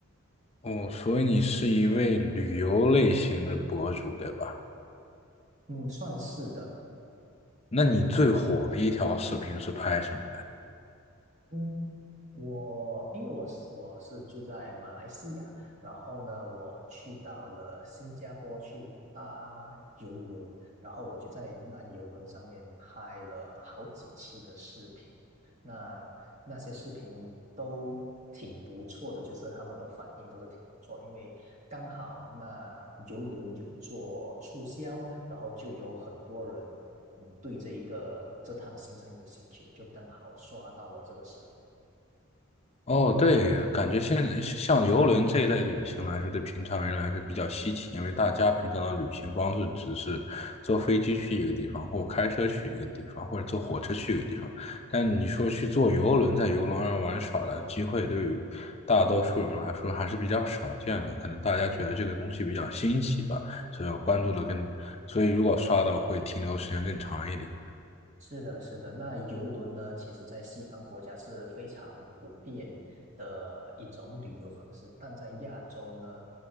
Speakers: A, on the left (about 30°); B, on the right (about 35°).
A: 哦，所以你是一位旅游类型的博主，对吧？
B: 嗯，算是的。
A: 那你最火的一条视频是拍什么？
B: 嗯。我因为我是我是住在马来西亚，然后呢，我去到了新加坡去搭邮轮，然后我就在那邮轮上面拍了好几期的视频，那那些视频都挺不错的，就是他们的反应都是挺不错，因为刚好那邮轮有做促销，然后就有很多人嗯对这一个这趟行程有兴趣，就刚好刷到了这个视频。
A: 哦，对，感觉现在像游轮这一类旅行来说，对平常人来说比较稀奇，因为大家平常的旅行方式只是坐飞机去一个地方，或开车去一个地方，或者坐火车去一个地方。但你说去坐游轮，在游轮上玩耍的机会，对于大多数人来说还是比较少见的。可能大家觉得这个东西比较新奇吧，所以要关注的更，所以如果刷到会停留时间更长一点。
B: 是的，是的。那游轮呢，其实在西方国家是非常普遍的一种旅游方式，但在亚洲呢，